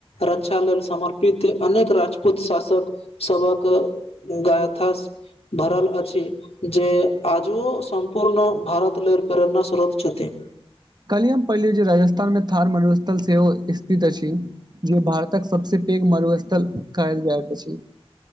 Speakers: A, on the left; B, on the right.
A: रक्षा लेल समर्पित अनेक राजपूत शासक सभक गाथा भरल अछि जे आजुओ सम्पूर्ण भारत लेल प्रेरणा स्रोत छथि।
B: काल्हिये हम पढलहुं जे राजस्थानमे थार मरूस्थल सेहो स्थित अछि। जे भारतक सबस पैघ मरुस्थल कहल जाइत अछि।